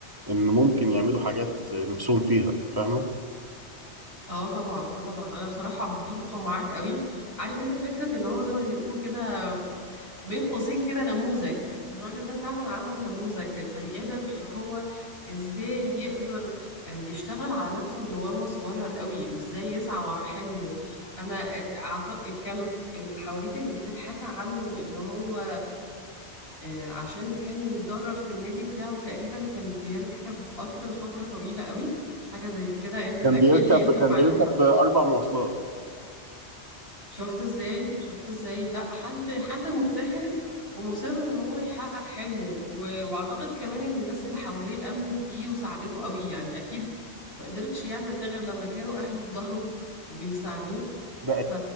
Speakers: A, on the right; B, on the left.
A: ان ممكن يعملوا حاجات نفسهم فيها فاهمه
B: اه طبعا اه طبعا انا بصراحة متفقة معاك قوي عارف انت فكرة اللي هو زي ما بيقولوا كده بين قوسين كده نموذج الراجل ده فعلا عمل نموذج للبني آدم اللي هو ازاي يقدر آه، يشتغل على نفسه من وهو صغير قوي وازاي يسعى ورا حلمه انا اعتقد كانوا الحواديت اللي بتتحكى عنه ان هو آه، عشان كان يتدرب في النادي بتاعه تقريبا كان بيركب قطر لفترة طويلة قوي حاجة زي كده انت تأكد
A: كان بيركب
B: لي انت المعلومة
A: كان بيركب اربع مواصلات
B: شفت ازاي شفت ازاي لا حد حد مجتهد ومصر ان هو يحقق حلمه و... واعتقد كمان ان الناس اللي حواليه امنت بيه وساعدته قوي يعني اكيد ما قدرش يعمل ده غير لما كانوا اهله في ظهره وبيساعدوه
A: ده
B: ف...